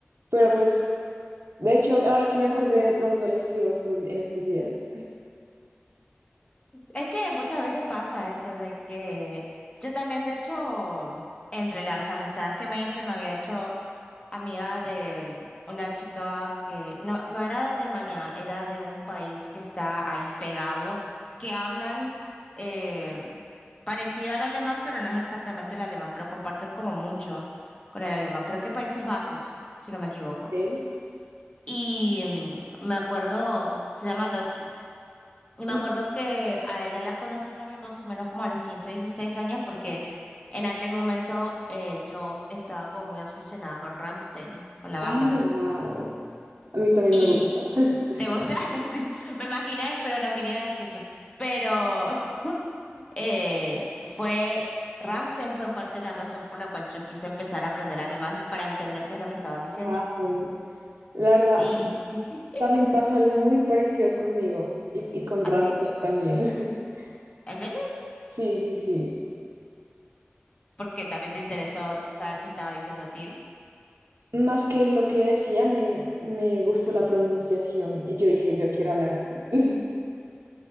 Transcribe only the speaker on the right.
pero pues De hecho, ahora que me acordé, de pronto le escribo estos, en estos días.
Ok.
Mm.
Ay,
wow. A mí también
me gusta. <laughs>
Wow. La verdad,
también pasó algo muy parecido conmigo y, y con
Ramsey también. <laughs>
Sí, sí, sí.
Más que lo que decía, me, me gustó la pronunciación y yo dije, yo quiero hablar así. <laughs>